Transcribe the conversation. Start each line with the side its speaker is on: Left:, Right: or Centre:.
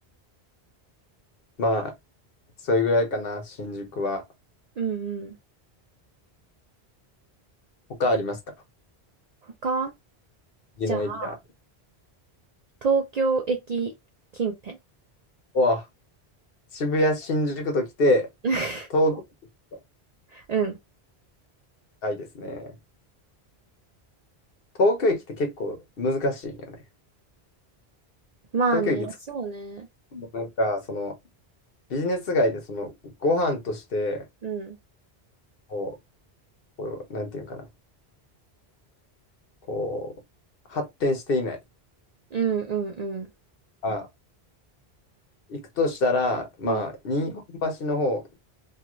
Left: まあ、それぐらいかな、新宿は。
Right: うんうん。
Left: 他ありますか
Right: 他
Left: 次のエリア。
Right: じゃあ、東京駅近辺。
Left: うわ、渋谷、新宿と来て、
Right: <laughs>
Left: 東京駅と
Right: うん。
Left: 近いですね。東京駅って結構難しいんよね。
Right: まあね、
Left: 東京駅
Right: そうね。
Left: もうなんか、その、ビジネス街で、その、ご飯として、
Right: うん。
Left: こう、こうなんていうのかな、こう、発展していない。
Right: うんうんうん。
Left: あ、行くとしたら、まあ、
Right: うん。
Left: 日本橋の方